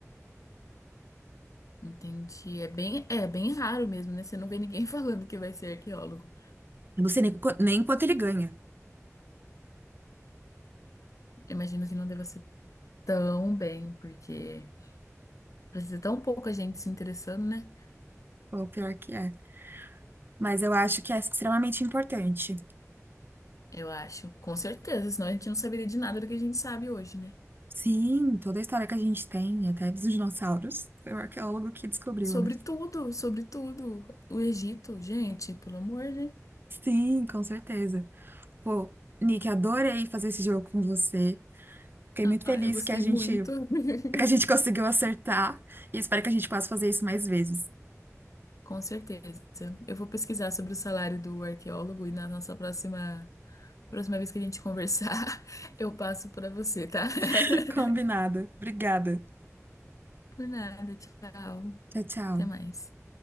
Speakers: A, on the left; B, on the right.
A: Entendi. É bem, é bem raro mesmo, né? Você não vê ninguém <laughs> falando que vai ser arqueólogo.
B: Eu não sei nem, qu- nem quanto ele ganha.
A: Eu imagino que não deva ser tão bem, porque precisa tão pouca gente se interessando, né?
B: O pior que é. Mas eu acho que é extremamente importante.
A: Eu acho. Com certeza, senão a gente não saberia de nada do que a gente sabe hoje, né?
B: Sim, toda a história que a gente tem, até dos dinossauros, foi o arqueólogo que descobriu,
A: Sobre
B: né?
A: tudo, sobre tudo. O Egito, gente, pelo amor, né?
B: Sim, com certeza. Pô, Nick, adorei fazer esse jogo com você. Fiquei
A: Ah,
B: muito feliz
A: eu gostei
B: que a gente
A: muito. <laughs>
B: É que a gente conseguiu acertar e espero que a gente possa fazer isso mais vezes.
A: Com certeza. Eu vou pesquisar sobre o salário do arqueólogo e na nossa próxima, próxima vez que a gente conversar, <laughs> eu passo para você, tá? <laughs>
B: <laughs> Combinado. Obrigada.
A: Por nada, tchau.
B: Tchau, tchau.
A: Até mais.